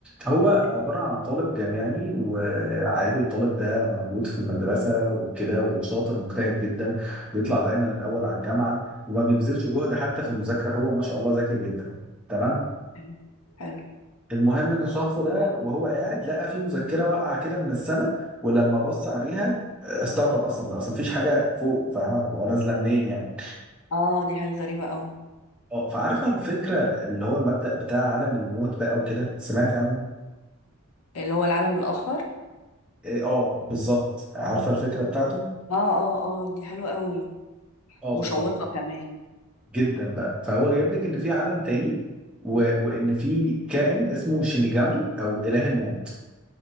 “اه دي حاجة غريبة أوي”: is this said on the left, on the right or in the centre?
Left